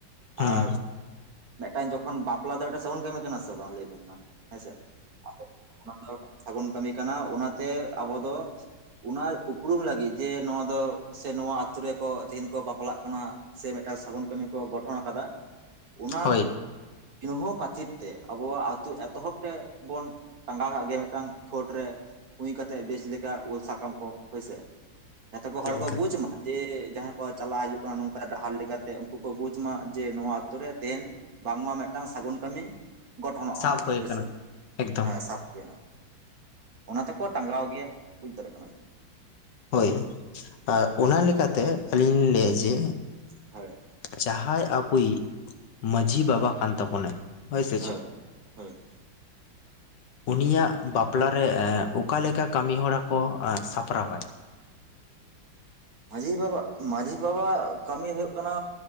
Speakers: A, on the left; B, on the right.
A: ᱦᱮᱸ
B: ᱟᱨ ᱢᱮᱫᱴᱟᱝ ᱡᱚᱠᱷᱚᱱ ᱵᱟᱯᱞᱟ ᱫᱚ ᱢᱮᱫᱴᱟᱝ ᱥᱟᱹᱜᱩᱱ ᱠᱟᱹᱢᱤ ᱠᱟᱱᱟ ᱥᱮ ᱵᱟᱝ ᱞᱟᱹᱭ ᱵᱤᱱ ᱢᱟ ᱦᱮᱸ ᱥᱮ ᱾ <unintelligible> ᱥᱟᱹᱜᱩᱱ ᱠᱟᱹᱢᱤ ᱠᱟᱱᱟ ᱚᱱᱟᱛᱮ ᱟᱵᱚ ᱫᱚ ᱚᱱᱟ ᱩᱯᱨᱩᱢ ᱞᱟᱹᱜᱤᱫ ᱡᱮ ᱱᱚᱣᱟ ᱫᱚ ᱥᱮ ᱱᱚᱣᱟ ᱟᱹᱛᱩ ᱨᱮᱠᱚ ᱛᱮᱦᱮᱧ ᱠᱚ ᱵᱟᱯᱞᱟᱜ ᱠᱟᱱᱟ᱾ ᱥᱮ ᱢᱤᱫᱴᱟᱝ ᱥᱟᱹᱜᱩᱱ ᱠᱟᱹᱢᱤ ᱠᱚ ᱜᱚᱴᱷᱚᱱ ᱟᱠᱟᱫᱟ ᱚᱱᱟ
A: ᱦᱳᱭ
B: <unintelligible> ᱠᱟᱹᱪᱤᱛ ᱛᱮ ᱟᱵᱚᱣᱟᱜ ᱟᱹᱛᱩ ᱮᱛᱚᱦᱚᱵ ᱛᱮ ᱵᱚᱱ ᱴᱟᱸᱜᱟ ᱠᱟᱜ ᱜᱮ ᱢᱤᱫᱴᱟᱝ ᱪᱷᱳᱴ ᱨᱮ ᱦᱩᱭ ᱠᱟᱛᱮᱜ ᱵᱮᱥ ᱞᱮᱠᱟ ᱩᱞ ᱥᱟᱠᱟᱢ ᱠᱚ ᱦᱚᱭᱥᱮ ᱜᱟᱛᱮ
A: ᱦᱳᱭ
B: ᱠᱚ ᱦᱚᱲ
A: ᱜᱚᱢᱠᱮ
B: ᱠᱚ ᱵᱩᱡ ᱢᱟ ᱡᱮ ᱡᱟᱦᱟᱸᱭ ᱠᱚ ᱪᱟᱞᱟᱜ ᱦᱤᱡᱩᱜ ᱠᱟᱱᱟ ᱱᱚᱝᱠᱟ ᱰᱟᱦᱟᱨ ᱞᱮᱠᱟᱛᱮ ᱛᱮ ᱩᱱᱠᱩ ᱠᱚ ᱵᱩᱡᱽ ᱢᱟ ᱡᱮ ᱱᱚᱣᱟ ᱟᱛᱳ ᱨᱮ ᱛᱮᱦᱮᱱ ᱵᱟᱝᱢᱟ ᱢᱮᱫᱴᱟᱝ ᱥᱟᱹᱜᱩᱱ ᱠᱟᱹᱢᱤ ᱜᱚᱴᱷᱚᱱᱚᱜᱼᱟ
A: ᱥᱟᱵ ᱦᱳᱭ
B: ᱦᱚᱭᱥᱮ
A: ᱟᱠᱟᱱᱟ ᱮᱠᱫᱚᱢ
B: ᱦᱮᱸ ᱥᱟᱯᱷ ᱦᱩᱭᱱᱟ ᱚᱱᱟ ᱛᱮᱠᱚ ᱴᱟᱸᱜᱟᱣ ᱜᱮᱭᱟ ᱠᱩᱡ ᱫᱟᱲᱮᱜ ᱠᱟᱱᱟ ᱠᱚ
A: ᱦᱳᱭ ᱟᱜ ᱚᱱᱟ ᱞᱮᱠᱟᱛᱮ ᱟᱹᱞᱤᱧ ᱞᱟᱹᱭᱟ ᱡᱮ
B: ᱦᱚᱭ
A: ᱡᱟᱦᱟᱸᱭ ᱟᱵᱚᱭᱤᱜ ᱢᱟᱺᱡᱷᱤ ᱵᱟᱵᱟ ᱠᱟᱱ ᱛᱟᱵᱚᱱᱟᱭ ᱥᱮ
B: ᱦᱳᱭ
A: ᱪᱮᱫ
B: ᱦᱳᱭ
A: ᱩᱱᱤᱭᱟᱜ ᱵᱟᱯᱞᱟᱨᱮ ᱚᱠᱟ ᱞᱮᱠᱟ ᱠᱟᱹᱢᱤ ᱦᱚᱨᱟ ᱠᱚ ᱥᱟᱯᱲᱟᱣᱟᱭ?
B: ᱢᱟᱺᱡᱷᱤ ᱵᱟᱵᱟᱜ ᱢᱟᱺᱡᱷᱤ ᱵᱟᱵᱟᱣᱟᱠ ᱠᱟᱹᱢᱤ ᱦᱩᱭᱩᱜ ᱠᱟᱱᱟ